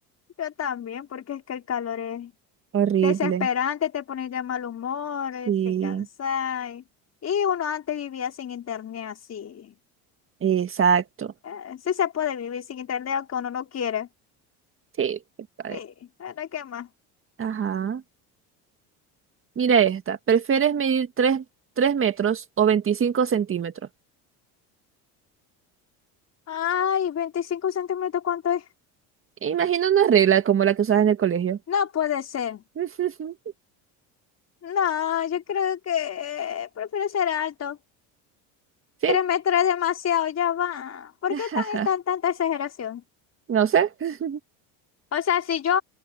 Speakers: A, on the left; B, on the right.
A: Yo también, porque es que el calor es
B: Horrible.
A: desesperante, te pones de mal humor, eh,
B: Sí,
A: te cansáis. Y uno antes vivía sin internet así.
B: exacto.
A: Eh, sí se puede vivir sin internet aunque uno no quiere.
B: Sí, a ver,
A: Sí, ahora qué más.
B: ajá. Mira esta. ¿Prefieres medir tres tres metros o 25 centímetros?
A: Ay, 25 centímetros, ¿cuánto es?
B: Imagina una regla como la que usas en el colegio.
A: No puede ser.
B: <laughs>
A: No, yo creo que eh, prefiero ser alto.
B: ¿Sí?
A: Tres metros es demasiado, ya va. ¿Por
B: <laughs>
A: qué tan, tan- tanta exageración?
B: No sé. <laughs>
A: O sea, si yo,